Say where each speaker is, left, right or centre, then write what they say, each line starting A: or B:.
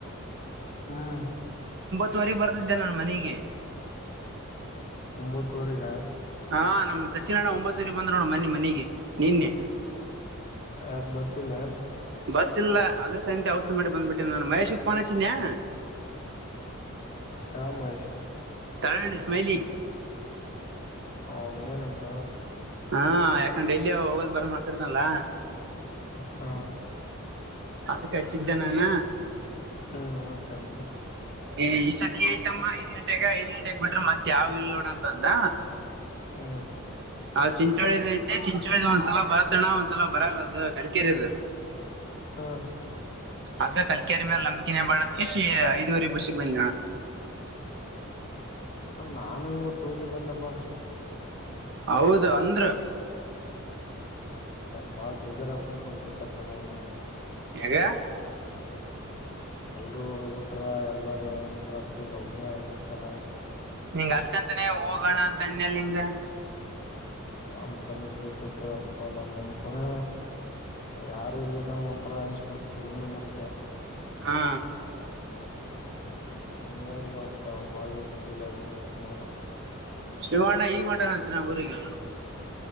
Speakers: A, on the left; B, on the right.
A: ಹ್ಮ್
B: ಹತ್ತುವರಿ ಬರ್ತಿದ್ದೆ ನಾನು ಮನೆಗಿ
A: ಒಂಬತ್ತೂವರಿಗ್ಯಾ
B: ಹಾ ನಮ ಸಚಿನಣ್ಣ ಒಂಬತ್ತುೂರಿ ಬಂದ್ ನೋಡು ಮನ್ನಿ ಮನೆಗೆ ನಿನ್ನೆ
A: ಎ ಬಸಲ್ಲೇನು
B: ಬಸ್ ಇಲ್ಲ ಅದರಸಲಂದೆ ಹಾಸ ರ್ ಮಾಡಿ ಬಂದ್ಬಿಟ್ಟೇನ ನಾನು ಮಹೇಶ್ ಗ ಫೋನ್ ಹಚ್ಚಿದೆನ್ಯ
A: ಯಾವ ಮಹೇಶ
B: ತಳಳ್ಳ ಸ್ಮೈಲಿ
A: ಹೌದ ಏನಂತ
B: ಹಾ ಯಾಕಂದ ಡೆಲ್ಲಿ ಹೋಗೋದ್ ಬರ್ದ್ ಮಾಡ್ತಿರ್ತಲ್ಲ
A: ಹಾ
B: ಅದಕ ಕಚ್ಚಿದ್ದೆನಾನ
A: ಹ್ಮ್ ಮತ್ತೇನಂದ
B: ಏ ಇಷ್ಟತಿ ಐತಮ್ಮ ಐದ ಗಂಟೆಗ ಐದ್ ಗಂಟೆೆಗೆ ಬಿಟ್ರ ಮತ್ತತ್ ಯಾವ್ ಇಲ್ ನೋಡ ಅಂತ ಅಂದ
A: ಹ್ಮ್
B: ಹ ಚಿಂಚೋಳಿದ ಐತೆ ಚಿಂಚೋಳಿದ ಒಂದ್ಸಲ ಬರತಣ್ಣ ಒಂದ್ಸಲ ಬರಲ್ಲ ಅದು ಕಲಕೇರಿದ
A: ಹಾಂ
B: ಅದ ಕಲ್ಕೇರಿ ಮೇಲೆ ನಮ್ಮ ಬಳದಕ ಐದುವರೆ ಬಸಿ ಗಿ ಬಂದ ನಿ ಅಣ
A: ನಾನು ಇವತೂರಿ ಗಿ ಬಂದಪ್ಪ
B: ಹೌದು ಅಂದ್ರ
A: ಬಾಳ್ ಬೇಜಾರಾಗ ಕುಂತ ಬಿಡತು ಕಷ್ಟ ನಮಗ್
B: ಹೆಂಗಾ
A: ಎಲ್ರುೂ ಹೋಗ್ಬಿಟ್ರ ಎಲ್ಲರ ಒಂದಥರ ಫೀಲ್ ಒಬ್ನೇ ಆಗಬಿಟ್ನಲ್ಲ
B: ನಿಂಗ ಅದ್ಕಂತಾನೇ ಹೋಗೋಣ ಅಂತ ಅನ್ಯಲ್ಂಗ
A: ಅಂತ ಆನಿಷಬುಟ್ಟಿತ ಪ ನನ ಯಾರು ಇಲ್ಲಕ್ಕ ಒಂತರಅನುಷ್ ಬಿಡ್ತು ರೂಮಿನೆಗೆ ನೈಟೆ
B: ಹಾ
A: ಹೀಂಗಾಗಿ ಅವವತ್ತು ಬಾಡಿ ಫೀಲ್ ಆಗಿಬಿಡತಪ್ಪ ನಾನನು
B: ಶಿವಣ್ಣ ಈಗ್ ಹೊಂಟಿನಂತ ಈನಾ ಊರಿಗೆ